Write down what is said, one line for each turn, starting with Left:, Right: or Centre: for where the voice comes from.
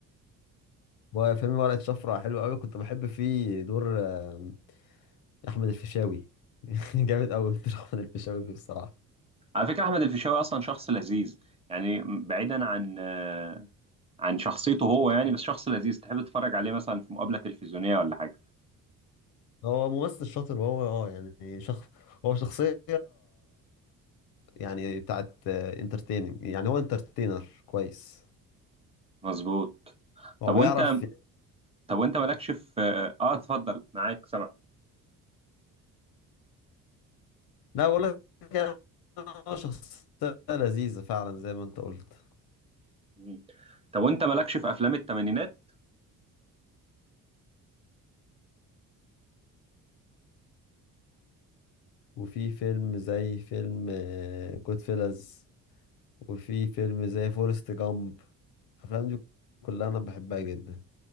Left: وفيلم ورقه شفره حلو قوي كنت بحب فيه دور آم، احمد الفيشاوي <laughs> جامد قوي دور احمد الفيشاوي فيه بصراحه
Right: على فكره احمد الفيشاوي اصلا شخص لذيذ يعني بعيدا عن آه، عن شخصيته هو يعني بس شخص لذيذ تحب تتفرج عليه مثلا في مقابلة تلفزيونية ولا حاجة
Left: هو ممثل شاطر وهو اه يعني شخص هو شخصيه يعني بتاعت انترتيننج يعني هو انترتينر كويس
Right: مظبوط
Left: هو
Right: طب
Left: بيعرف
Right: وانت طب وانت مالكش في اه آه، اتفضل معاك سمع
Left: لا بقول لك يعني هو شخصيه لذيذه فعلا زي ما انت قلت
Right: مم. طب وانت مالكش في افلام الثمانينات
Left: وفي فيلم زي فيلم جود فيلز وفي فيلم زي فورست جامب الافلام دي كلها انا بحبها جدا